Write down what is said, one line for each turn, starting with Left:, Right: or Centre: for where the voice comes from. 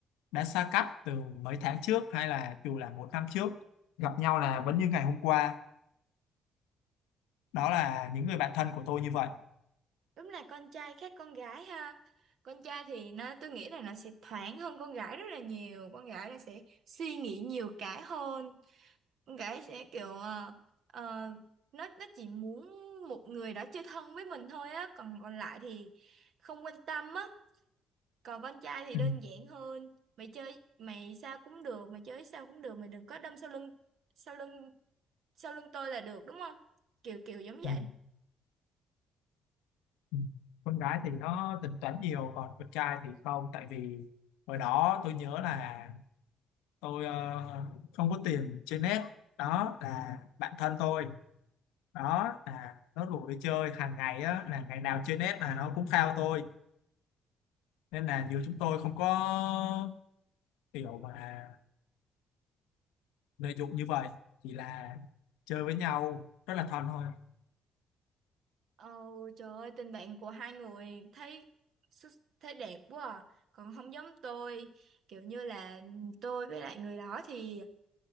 Left: đã xa cách từ mấy tháng trước hay là dù là một năm trước gặp nhau là vẫn như ngày hôm qua đó là những người bạn thân của tôi như vậy
Right: Đúng là con trai khác con gái ha. Con trai thì nó tôi nghĩ là nó sẽ thoáng hơn con gái rất là nhiều. Con gái là sẽ suy nghĩ nhiều cái hơn. Con gái sẽ kiểu ờ, ờ, nó nó chỉ muốn một người đó chơi thân với mình thôi á, còn còn lại thì không quan tâm á. Còn con trai thì
Left: ừ.
Right: đơn giản hơn. Mày chơi mày sao cũng được, mày chơi sao cũng được, mày đừng có đâm sau lưng sau lưng sau lưng tôi là được đúng không? Kiểu kiểu giống vậy.
Left: Ừ. Ừ. con gái thì nó tính toán nhiều còn con trai thì không tại vì hồi đó tôi nhớ là tôi ờ, không có tiền chơi net đó là bạn thân tôi đó là nó rủ đi chơi hàng ngày á là ngày nào chơi net là nó cũng khao tôi nên là giữa chúng tôi không có kiểu mà lợi dụng như vậy chỉ là chơi với nhau rất là thân thôi
Right: Ồ, trời ơi, tình bạn của hai người thấy xuất- thấy đẹp quá à. Còn không giống tôi, kiểu như là tôi với lại người đó thì